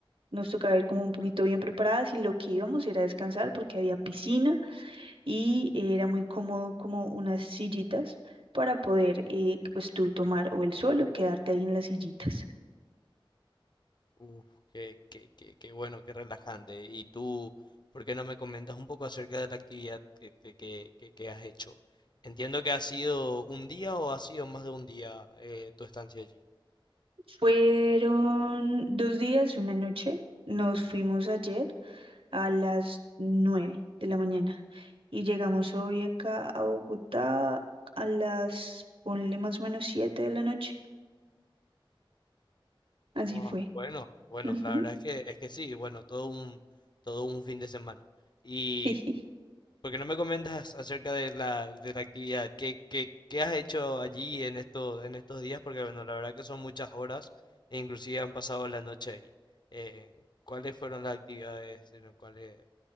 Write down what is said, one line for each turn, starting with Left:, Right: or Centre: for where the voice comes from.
Right: nos tocaba ir como un poquito bien preparadas y lo que íbamos era descansar porque había piscina y era muy cómodo como unas sillitas para poder eh, pues tú tomar o el sol o quedarte ahí en las sillitas.
Left: Uf, qué, qué, qué, qué bueno, qué relajante. Y tú, ¿por qué no me comentas un poco acerca de la actividad que, que, que, que- que has hecho? Entiendo que ha sido un día o ha sido más de un día eh, tu estancia allí.
Right: Fueron dos días, una noche. Nos fuimos ayer a las nueve de la mañana y llegamos hoy acá a Bogotá a las, ponle más o menos siete de la noche. Así
Left: Ah,
Right: fue.
Left: bueno, bueno,
Right: Ujú,
Left: la verdad es que es que sí, bueno, todo un todo un fin de semana. ¿Y
Right: <laughs> sí.
Left: por qué no me comentas acerca de la de la actividad? ¿Qué, qué, qué has hecho allí en estos en estos días? Porque bueno, la verdad que son muchas horas e inclusive han pasado la noche ahí. Eh, ¿cuáles fueron las actividades en las cuales